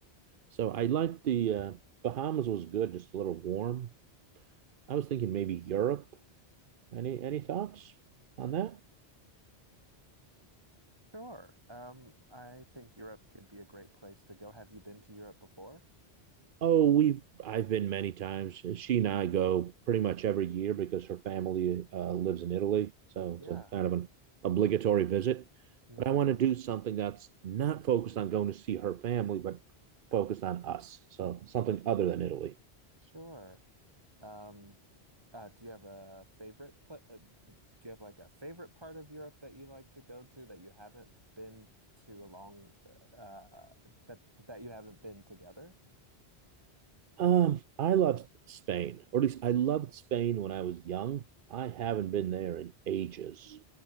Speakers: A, on the right (about 60°); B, on the right (about 25°).
A: So I like the uh, Bahamas was good, just a little warm. I was thinking maybe Europe. Any any thoughts on that?
B: Sure. Um, I think Europe could be a great place to go. Have you been to Europe before?
A: Oh, we've I've been many times. She and I go pretty much every year because her family uh, lives in Italy, so it's
B: Yeah.
A: a kind of an obligatory visit.
B: hmm
A: But I want to do something that's not focused on going to see her family, but focused on us. So something other than Italy.
B: Sure. Um, Uh, do you have a favorite pla uh, d- do you have like a favorite part of Europe that you like to go to that you haven't been to a long uh that that you haven't been together?
A: Um, I loved Spain, or at least I loved Spain when I was young. I haven't been there in ages,